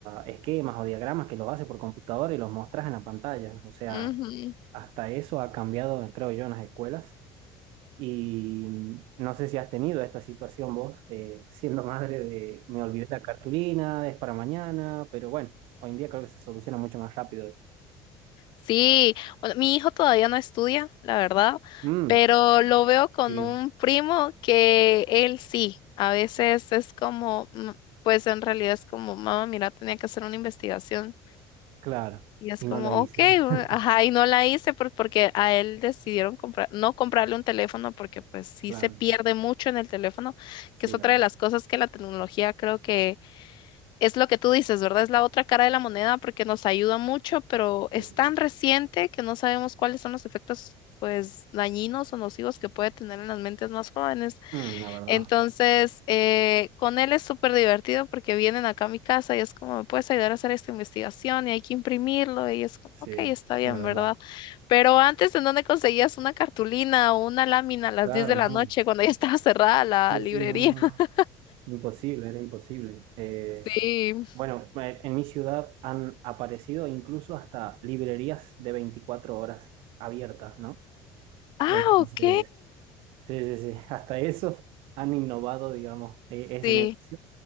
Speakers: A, on the right (about 75°); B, on the left (about 60°).
A: esquemas o diagramas que los haces por computadora y los mostras en la pantalla. O sea,
B: ujú.
A: hasta eso ha cambiado, creo yo, en las escuelas. Y mm, no sé si has tenido esta situación vos, eh, siendo madre de me olvidé la cartulina, es para mañana, pero bueno, hoy en día creo que se soluciona mucho más rápido eso.
B: Sí, bueno, mi hijo todavía no estudia, la verdad,
A: Mm,
B: pero lo veo con
A: qué bien.
B: un primo que él sí, a veces es como, mm, pues en realidad es como, mamá, mira, tenía que hacer una investigación.
A: Claro,
B: Y es
A: y
B: como,
A: no lo hice.
B: ok,
A: <laughs>
B: bu- ajá, y no la hice por- porque a él decidieron comprar, no comprarle un teléfono porque pues sí
A: Claro,
B: se pierde mucho en el teléfono,
A: sí,
B: que es otra
A: la verdad.
B: de las cosas que la tecnología creo que es lo que tú dices, ¿verdad? Es la otra cara de la moneda porque nos ayuda mucho, pero es
A: Sí, sí.
B: tan reciente que no sabemos cuáles son los efectos, pues, dañinos o nocivos que puede tener en las mentes más jóvenes.
A: Mm, la verdad,
B: Entonces, eh, con él es súper divertido porque vienen acá a mi casa y es como, ¿me puedes ayudar a hacer esta investigación? Y hay que imprimirlo y es como,
A: sí,
B: ok, está bien,
A: la verdad.
B: ¿verdad? Pero antes, ¿en dónde conseguías una cartulina o una lámina a las
A: Claro,
B: 10 de
A: no.
B: la noche cuando ya estaba cerrada la
A: Sí,
B: librería?
A: sí, no, no, no.
B: <laughs>
A: Imposible, era imposible. Eh,
B: Sí.
A: Bueno, eh, en mi ciudad han aparecido incluso hasta librerías de 24 horas abiertas, ¿no?
B: Ah,
A: Entonces,
B: ok.
A: sí, sí, sí, <laughs> hasta eso han innovado, digamos, e- ese
B: Sí.
A: negocio.